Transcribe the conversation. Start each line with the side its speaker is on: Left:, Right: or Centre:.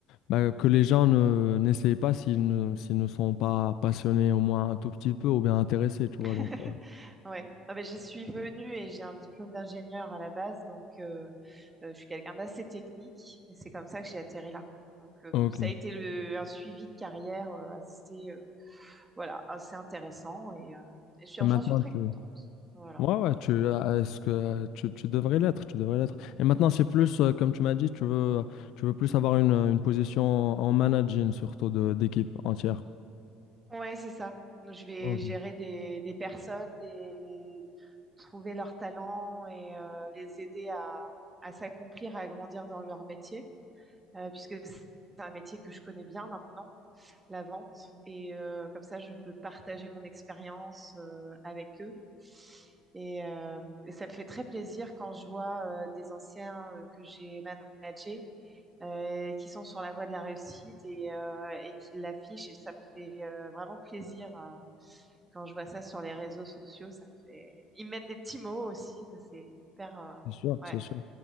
Left: Bah, que les gens ne n'essayent pas s'ils ne, s'ils ne sont pas passionnés au moins un tout petit peu ou bien intéressés, tu
Right: <laughs>
Left: vois. Donc, euh,
Right: Ouais. Ah ben, j'y suis venue et j'ai un diplôme d'ingénieur à la base, donc euh, euh, je suis quelqu'un d'assez technique et c'est comme ça que j'ai atterri là. Donc euh,
Left: ok.
Right: ça
Left: Et
Right: a été le, un suivi de carrière euh, assez, euh, voilà, assez intéressant et, euh, et je suis-
Left: maintenant,
Right: j'en suis très
Left: tu...
Right: contente. Voilà.
Left: Ouais, ouais, tu, euh, est-ce que euh, tu, tu devrais l'être, tu devrais l'être. Et maintenant, c'est plus, euh, comme tu m'as dit, tu veux, tu veux plus avoir une, une position en managing, surtout de, d'équipe entière.
Right: Ouais, c'est ça. Je vais
Left: Ok,
Right: gérer des, des personnes, des, trouver leurs talents et euh, les aider à, à s'accomplir, à grandir dans leur métier. euh, puisque c'est un métier que je connais bien maintenant, la vente. Et euh, comme ça, je peux partager mon expérience euh, avec eux. Et, euh, et ça me fait très plaisir quand je vois euh, des anciens euh, que j'ai managés euh, qui sont sur la voie de la réussite et, euh, et qui l'affichent. Et ça me fait euh, vraiment plaisir euh, quand je vois ça sur les réseaux sociaux. Ça me fait... Ils mettent des petits mots aussi. C'est hyper, euh,
Left: C'est sûr,
Right: ouais,
Left: c'est sûr.